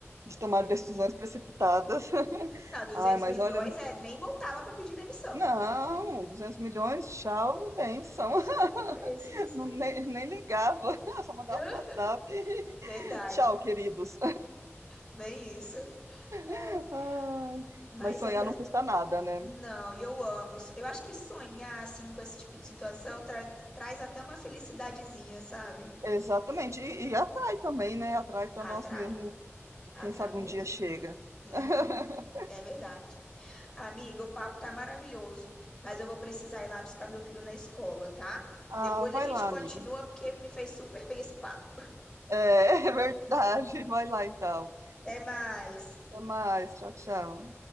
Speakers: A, on the right (about 85°); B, on the left (about 15°).
A: de tomar
B: né,
A: decisões precipitadas. <laughs>
B: né. Não, 200
A: Ai, mas
B: milhões
A: olha.
B: é, nem voltava pra pedir demissão.
A: Não,
B: <laughs>
A: 200 milhões, tchau, bênção.
B: Tchau
A: <laughs>
B: e beijo, é isso
A: Não,
B: aí.
A: nem, nem ligava, <laughs> só mandava
B: Ah,
A: um WhatsApp. <laughs>
B: Verdade,
A: Tchau, queridos.
B: bem isso. Ai.
A: <laughs> Ai,
B: Mas
A: mas sonhar
B: olha
A: não custa nada, né?
B: Não, e eu amo. So, Eu acho que sonhar assim com esse tipo de situação tra- traz até uma felicidadezinha, sabe?
A: Exatamente. E, e atrai também, né? Atrai para
B: Atrai,
A: nós mesmos.
B: atrai
A: Quem sabe
B: mesmo.
A: um dia chega.
B: Uhum,
A: <laughs>
B: é verdade. Amiga, o papo tá maravilhoso, mas eu vou precisar ir lá buscar meu filho na escola, tá?
A: Ah,
B: Depois
A: vai
B: a gente
A: lá,
B: continua
A: amiga.
B: porque me fez super bem esse papo.
A: É, <laughs> é verdade. Vai lá então.
B: Até mais.
A: Até mais. Tchau, tchau.